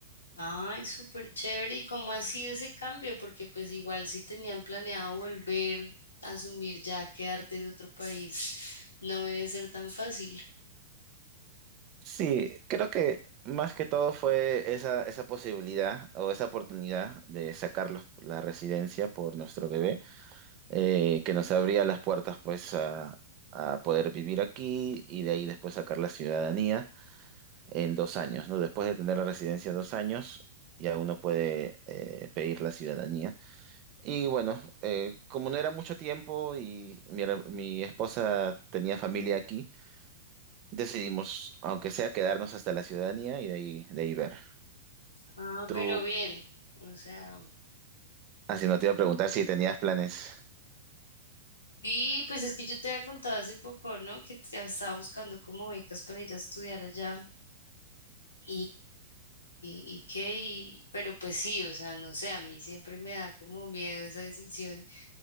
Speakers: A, on the left (about 85°); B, on the right (about 40°).
A: Ay, súper chévere, ¿y cómo ha sido ese cambio? Porque pues igual si tenían planeado volver a asumir ya quedarte de otro país, no debe ser tan fácil.
B: Sí, creo que más que todo fue esa, esa posibilidad o esa oportunidad de sacar los- la residencia por nuestro bebé. eh, que nos abría las puertas pues a, a poder vivir aquí y de ahí después sacar la ciudadanía en dos años, ¿no? Después de tener la residencia dos años, ya uno puede eh, pedir la ciudadanía. Y bueno, eh, como no era mucho tiempo y mi, re- mi esposa tenía familia aquí, decidimos, aunque sea, quedarnos hasta la ciudadanía y de ahí, de ahí ver.
A: Ah,
B: Tú,
A: pero bien, o sea,
B: así no te iba a preguntar si tenías planes.
A: Sí, pues es que yo te había contado hace poco, ¿no? Que te- estaba buscando como becas para ir a estudiar allá y, y, y, y qué, y- pero pues sí, o sea, no sé, a mí siempre me da como miedo esa decisión